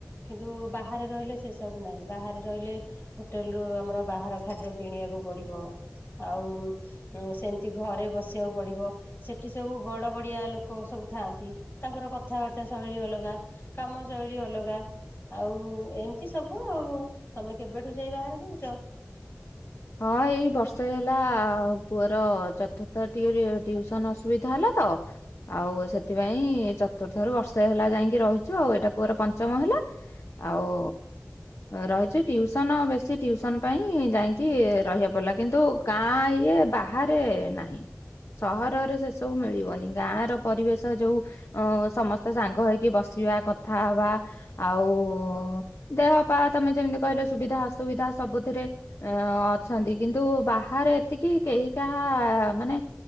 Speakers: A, on the left; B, on the left.
A: କିନ୍ତୁ ବାହାରେ ରହିଲେ ସେ ସବୁ ନାହିଁ ବାହାରେ ରହିଲେ ହୋଟେଲରୁ ଆମର ବାହାର ଖାଦ୍ୟ କିଣିବାକୁ ପଡ଼ିବ ଆଉ ସେମିତି ଘରେ ବସିବାକୁ ପଡିବ ସେଠି ସବୁ ବଡ ବଡିଆ ଲୋକ ସବୁ ଥାଆନ୍ତି ତାଙ୍କର କଥାବାର୍ତ୍ତା ଶୈଳୀ ଅଲଗା କାମ ଶୈଳୀ ଅଲଗା ଆଉ ଏମିତି ସବୁ ଆଉ ତମେ କେବେଠୁ ଯାଇ ବାହାରେ ରହୁଛ
B: ହଁ ଏଇ ବର୍ଷେ ହେଲା ପୁଅର ଚତୁର୍ଥ ଟିଉସନ ଅସୁବିଧା ହେଲା ତ ଆଉ ସେଥିପାଇଁ ଚତୁର୍ଥ ରୁ ବର୍ଷ ହେଲା ଯାଇକି ରହିଛୁ ଆଉ ଏଇଟା ପୁଅର ପଞ୍ଚମ ହେଲା। ଆଉ ରହିଛି ଟିଉସନ ବେଶୀ ଟିଉସନ ପାଇଁ ଯାଇ କି ରହିବାକୁ ପଡିଲା କିନ୍ତୁ ଗାଁ ଇଏ ବାହାରେ ନାହିଁ, ସହରରେ ସେ ସବୁ ମିଳିବନି ଗାଁ ର ପରିବେଶ ଯୋଉ ଅ ସମସ୍ତେ ସାଙ୍ଗ ହେଇକି ବସିବା କଥା ହବା ଆଉ ଦେହ ପା ତମେ ଯେମିତି କହିଲ ସୁବିଧା ଅସୁବିଧା ସବୁଥିରେ ଅ ଅଛନ୍ତି କିନ୍ତୁ ବାହାରେ ଏତିକି କେହି କାହା ମାନେ